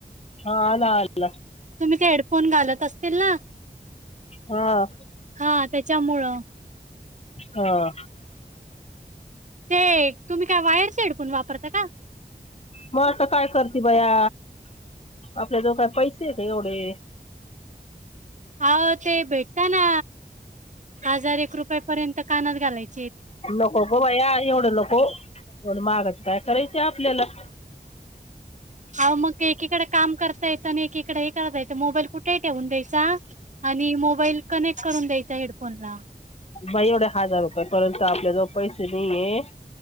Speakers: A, on the left; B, on the right.
A: हा आला आला
B: तुम्ही ते हेडफोन घालत असतील ना
A: हा
B: हा त्याच्यामुळं
A: ह
B: ते तुम्ही काय वायरचे हेडफोन वापरता का
A: मग आता काय करते बया आपल्या दोघ पैसे का एवढे
B: अा ते भेटता ना हजार एक रुपया पर्यंत कानात घालायच
A: लोक बोबा या एवढं लोको मगच काय करायचं आपल्याला
B: अ मग एकीकडे काम करता येतं आणि एकीकडे हे करता येतं मोबाईल कुठे ठेऊून द्यायचा आणि मोबाईल कनेक्ट करून द्यायचा हेडफोन ला.
A: बा एवढे हजार रुपये परर्ंतु आपल्या जो पैसे नाहीये